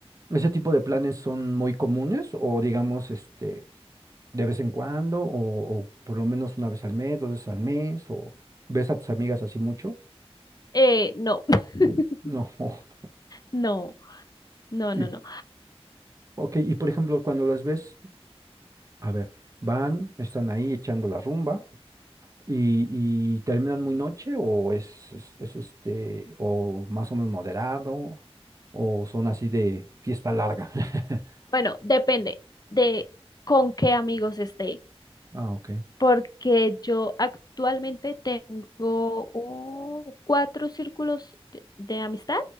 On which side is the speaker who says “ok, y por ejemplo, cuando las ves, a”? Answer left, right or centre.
Right